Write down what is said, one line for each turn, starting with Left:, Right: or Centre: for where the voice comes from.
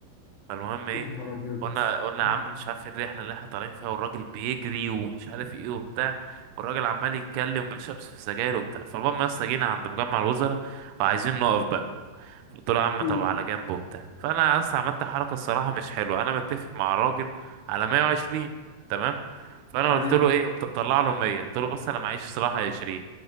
Right: فالمهم ايه
Left: يا نهار ابيض
Right: قلنا قلنا
Left: آه.
Right: يا عم مش عارف إيه الرحله اللي احنا طالعين فيها والراجل بيجري ومش عارف ايه وبتاع والراجل عمال يتكلم ويشرب في سجاير وبتاع فالمهم يا اسطى جينا عند مجمع الوزراء وعايزين نقف بقى قلت له يا عم طب
Left: امم
Right: على جنب وبتاع فانا اصلا عملت حركه الصراحه مش حلوه انا متفق مع الراجل على 120 تمام فانا
Left: تمام
Right: قلت له ايه قمت مطلع له 100 قلت له بص انا معيش صراحه 20